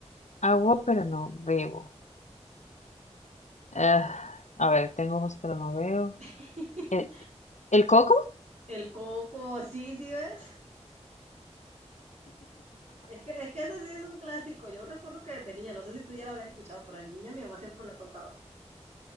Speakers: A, on the left; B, on the right.
A: Agua pero no bebo. Ah, a ver, tengo ojos pero no veo.
B: <laughs>
A: ¿El, el coco?
B: El coco, sí, sí, ¿ves? Es que, es que ese sí es un clásico. Yo recuerdo que de niña, no sé si tú ya la habías escuchado, pero de niña mi mamá siempre me la contaba.